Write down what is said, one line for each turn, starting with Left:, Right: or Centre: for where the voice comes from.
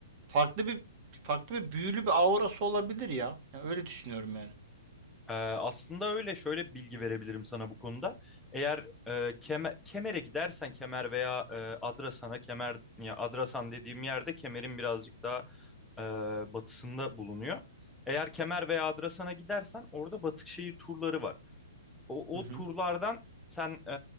Right: farklı bir farklı bir büyülü bir aurası olabilir ya. Yani öyle düşünüyorum yani.
Centre: Ee, aslında öyle şöyle bir bilgi verebilirim sana bu konuda. Eğer e, Keme- Kemer'e gidersen Kemer veya e, Adrasan'a Kemer ya Adrasan dediğim yerde Kemer'in birazcık daha e, batısında bulunuyor. Eğer Kemer veya Adrasan'a gidersen orada Batıkşehir turları var. O,
Right: Hı
Centre: o
Right: hı.
Centre: turlardan sen e,